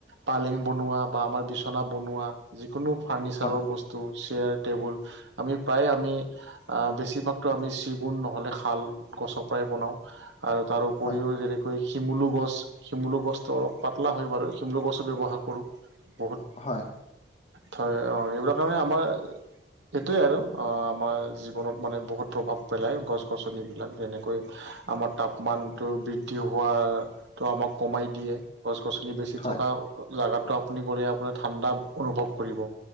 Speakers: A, on the right; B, on the left.
A: পালেং বনোৱা বা আমাৰ বিচনা বনোৱা যিকোনো ফাৰ্ণিচাৰৰ
B: হয়
A: বস তো চেয়াৰ টেবুল। আমি প্ৰায় আমি আ বেছিভাগতো আমি চিগুণ নহ'লে শাল গছৰ পৰাই বনাওঁ। আৰু তাৰ উপৰিও
B: হয়
A: যেনেকৈ শিমুলু গছ শিমুলু গছটো অলপ পাতলা হয় বাৰু। চিমলু গছো ব্যৱহাৰ কৰোঁ বহুত।
B: হয়।
A: থৈ অ, এইবিলাক কাৰণে আমাৰ সেইটোৱে আৰু অ আমাৰ জীৱনত মানে বহুত প্ৰভাৱ পেলায়। গছ গছনিবিলাক যেনেকৈ আমাৰ তাপমানটো বৃদ্ধি হোৱা টো আমাক কমাই দিয়ে। গছ গছনি বেছি
B: হয়
A: থকা জেগাটো আপুনি গ'লে আপোনাৰ ঠাণ্ডা অনুভৱ কৰিব,